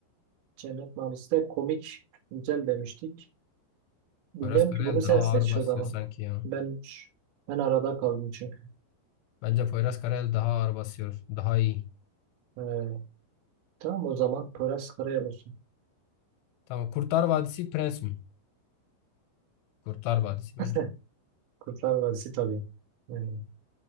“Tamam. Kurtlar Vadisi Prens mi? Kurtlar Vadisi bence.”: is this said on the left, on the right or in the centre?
Left